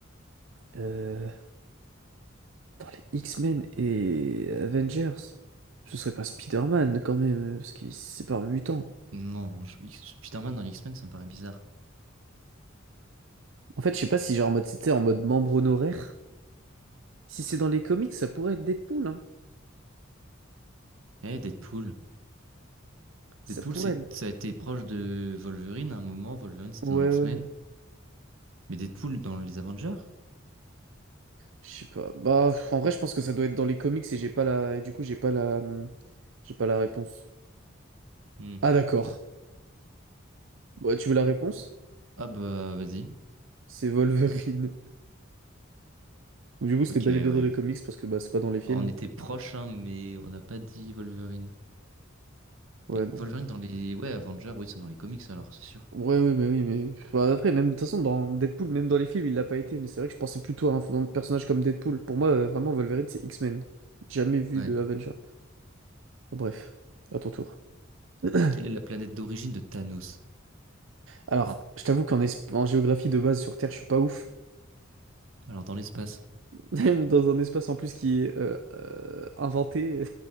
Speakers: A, on the right; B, on the right.
A: Euh, dans les X-Men et Avengers, ce serait pas Spider-Man quand même, euh, parce que c'est pas un mutant.
B: Non, je- X- Spider-Man dans les X-Men, ça me paraît bizarre.
A: En fait, je sais pas si genre en mode c'était en mode membre honoraire. Si c'est dans les comics, ça pourrait être Deadpool, hein.
B: Eh, Deadpool.
A: Ça
B: Deadpool,
A: pourrait
B: c'est,
A: être.
B: ça a été proche de Wolverine à un moment. Wolverine, c'était
A: Ouais,
B: dans X-Men.
A: ouais.
B: Mais Deadpool dans les Avengers?
A: Je sais pas. Bah, en vrai, je pense que ça doit être dans les comics et j'ai pas la. et Du coup, j'ai pas la. hum, J'ai pas la réponse.
B: Hmm.
A: Ah, d'accord. Bah, tu veux la réponse?
B: Ah bah, vas-y.
A: C'est Wolverine. <laughs> Du coup, c'était
B: Ok,
A: bel et bien
B: ouais.
A: dans les comics parce que bah, c'est pas dans les films.
B: Bon, on était proche, hein, mais on n'a pas dit Wolverine.
A: Ouais,
B: Mais
A: non.
B: Wolverine dans les... Ouais, Avengers, oui, ils sont dans les comics alors, c'est sûr.
A: Ouais, oui, mais oui, mais. Bah, après, même de toute façon, dans Deadpool, même dans les films, il l'a pas été. Mais c'est vrai que je pensais plutôt à un un personnage comme Deadpool. Pour moi, euh, vraiment, Wolverine, c'est X-Men. Jamais vu
B: Ouais.
A: de Avenger. Bref, à ton tour. <clears throat>
B: Quelle est la planète d'origine de Thanos?
A: Alors, je t'avoue qu'en esp- en géographie de base sur Terre, je suis pas ouf.
B: Alors, dans l'espace.
A: <laughs> Dans un espace en plus qui est euh, euh, inventé.